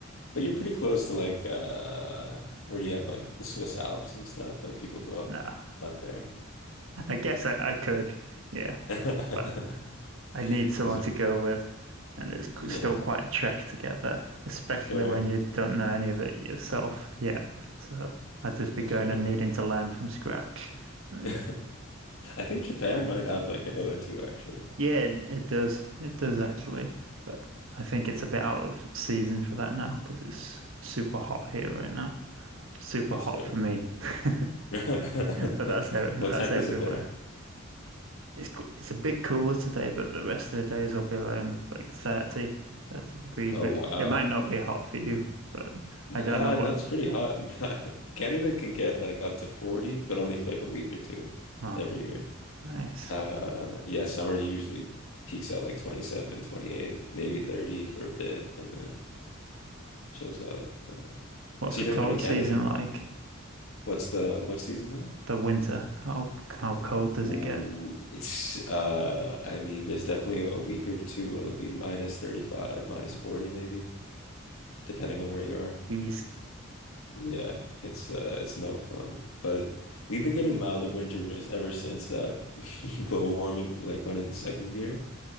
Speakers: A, on the left (about 85°); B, on the right (about 70°).
A: But you're pretty close to like uh where do you have like the Swiss Alps and stuff? Like people go up
B: No,
A: out there.
B: <laughs> I guess I, I could, yeah,
A: <laughs>
B: but I need someone
A: Is it?
B: to go with, and it's qu-
A: Yeah,
B: still quite a trek to get there, especially
A: fair.
B: when you don't know any of it yourself yet. So I'd just be
A: That's
B: going
A: fair.
B: and needing to learn from scratch,
A: <laughs>
B: right?
A: I think Japan might have like a hill or two actually.
B: Yeah, it, it does. It does actually, but I think it's a bit out of season for that now because it's super hot here right now. Super
A: That's
B: hot
A: fair.
B: for me. <laughs>
A: <laughs>
B: But that's ev-
A: What
B: that's
A: temp
B: everywhere.
A: is it there?
B: It's co- it's a bit cooler today, but the rest of the days will be around like thirty, thirty degrees,
A: Oh
B: which
A: wow.
B: it might not be hot for you, but
A: Nah,
B: I don't know what.
A: no, it's pretty hot. <laughs> Canada can get like up to 40, but only for like a week or two
B: Oh,
A: every year.
B: nice.
A: Uh, yeah, summer usually peaks out like 27, 28, maybe 30 for a bit and then chills out. But-
B: What's
A: So
B: the
A: you've
B: cold
A: never been to Canada.
B: season like?
A: What's the what's season like?
B: The winter. How how cold does
A: Ooh,
B: it get?
A: it's uh I mean there's definitely a week or two where it'll be minus 35, minus 40 maybe, depending on where you are.
B: It's
A: Yeah, it's uh it's no fun. But we've been getting milder winters ever since uh <laughs> global warming like went into second gear.